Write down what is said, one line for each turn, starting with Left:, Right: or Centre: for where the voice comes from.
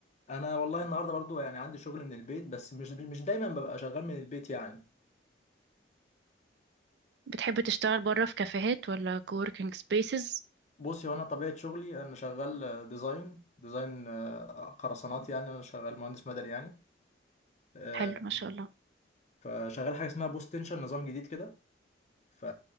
Left: انا والله النهارده برضو يعني عندي شغل من البيت بس مش مش دايما ببقى شغال من البيت يعني
Right: بتحب تشتغل بره في كافيهات ولا كووركينج سبيسز
Left: بصي هو انا طبيعه شغلي انا شغال آه، ديزاين ديزاين آه، خرسانات يعني انا شغال مهندس مدني يعني آه،
Right: حلو ما شاء الله
Left: فشغال حاجه اسمها بوست تنشن نظام جديد كده ف...